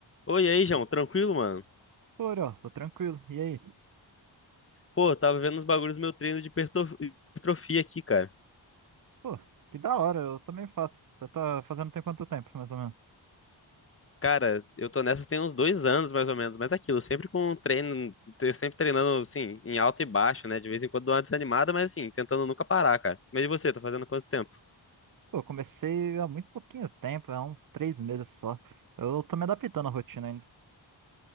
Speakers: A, on the left; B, on the right.
A: Oi, e aí, João, tranquilo, mano?
B: Pô, Uriel, tô tranquilo. E aí?
A: Pô, eu tava vendo os bagulhos do meu treino de hipertro- hipertrofia aqui, cara.
B: Pô, que da hora, eu também faço. Você tá fazendo tem quanto tempo, mais ou menos?
A: Cara, eu tô nessa tem uns dois anos, mais ou menos, mas é aquilo, sempre com treino, eu sempre treinando, assim, em alta e baixa, né? De vez em quando dou uma desanimada, mas assim, tentando nunca parar, cara. Mas e você, tá fazendo quanto tempo?
B: Pô, comecei há muito pouquinho tempo, há uns três meses só. Eu tô me adaptando à rotina ainda.